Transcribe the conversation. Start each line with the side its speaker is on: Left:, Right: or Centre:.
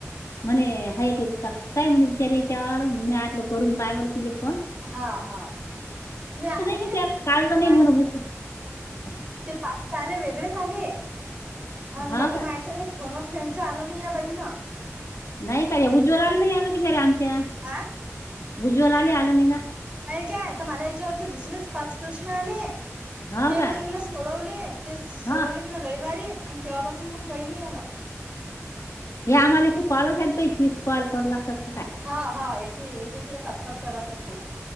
Left: म्हणे हाय ताय म्हणे बिचारी त्यावर म मी आतलं करून पाय बरं केली मन
Right: हा हा मी आहे
Left: की त्या काढलं नाही
Right: मला
Left: म्हणून <inaudible>
Right: ते पाच कार्य वेगळे झाले अ लगे
Left: हा का
Right: मा्याच्या फोन फ्रेंडच आलं नाही य बरी न
Left: नाही काय उज्ज्वला आला नाही आलं बिचाऱ्या आमच्या
Right: आ
Left: उज्ज्वलाले आले नाही ना
Right: काय का आता मला याच्यावरती दुसरेच पाच प्रश्न आले
Left: हो
Right: ते
Left: का
Right: मग मी ना सोडवले ते सोडवले
Left: हा
Right: मी ना रविवारीत आणि तेव्हापासून मग काही नाही यायला
Left: हे आम्हालाची कॉलच आहेत प तीच कॉल करू लागतात काय
Right: हा हा एक एकला पाच पाच कसाठीगते